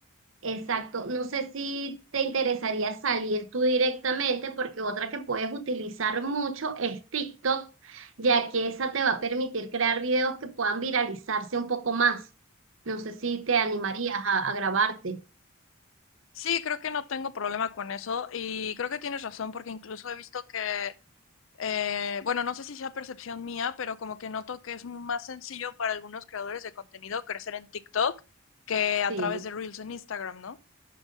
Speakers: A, on the right (about 70°); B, on the left (about 75°).
A: exacto, no sé si te interesaría salir tú directamente porque otra que puedes utilizar mucho es TikTok, ya que esa te va a permitir crear videos que puedan viralizarse un poco más. No sé si te animarías a, a grabarte.
B: Sí, creo que no tengo problema con eso y creo que tienes razón porque incluso he visto que, eh, bueno, no sé si sea percepción mía, pero como que noto que es más sencillo para algunos creadores de contenido crecer en TikTok que
A: Sí.
B: a través de Reels en Instagram, ¿no?